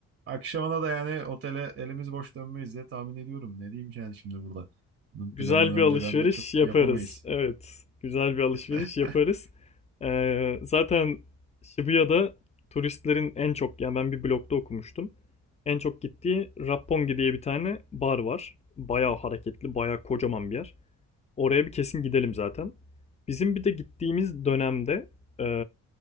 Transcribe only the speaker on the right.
Akşamına da yani otele elimiz boş dönmeyiz diye tahmin ediyorum. Ne diyeyim ki yani şimdi burada? Bunun
planını
önceden
de çok
yapamayız.
<laughs>